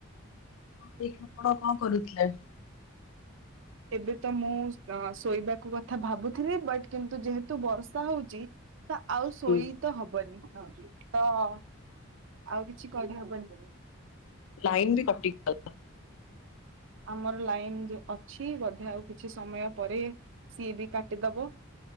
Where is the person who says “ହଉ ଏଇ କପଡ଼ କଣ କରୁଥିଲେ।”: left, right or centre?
Left